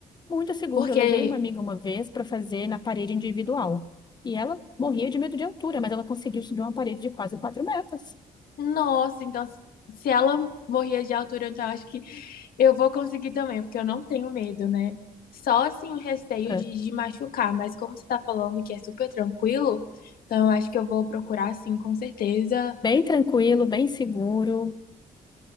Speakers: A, on the left; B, on the left.
A: Muito seguro.
B: Porque
A: Eu levei uma amiga uma vez para fazer na parede individual. E ela morria de medo de altura, mas ela conseguiu subir uma parede de quase quatro metros.
B: Nossa, então se ela morria de altura, então eu acho que eu vou conseguir também, porque eu não tenho medo, né? Só assim o receio
A: É.
B: de, de machucar, mas como você tá falando que é super tranquilo, então eu acho que eu vou procurar sim, com certeza.
A: Bem tranquilo, bem seguro.